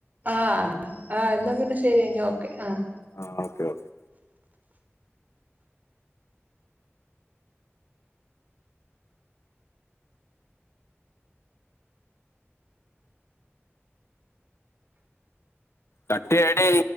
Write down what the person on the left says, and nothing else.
ആ ഓക്കെ ഓക്കെ കട്ട്ചെയ്യടി